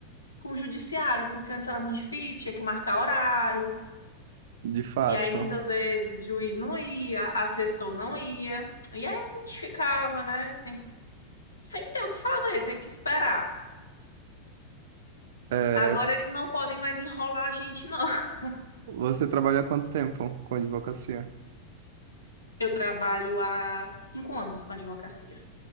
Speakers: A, on the left; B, on the right.
A: com o judiciário, porque antes era muito difícil, tinha que marcar horário,
B: De fato.
A: e aí muitas vezes juiz não ia, assessor não ia, e aí a gente ficava, né, sem, sem ter o que fazer, ter que esperar.
B: É,
A: Agora eles não podem mais enrolar a gente, não. <laughs>
B: você trabalha há quanto tempo com advocacia?
A: Eu trabalho há cinco anos com advocacia.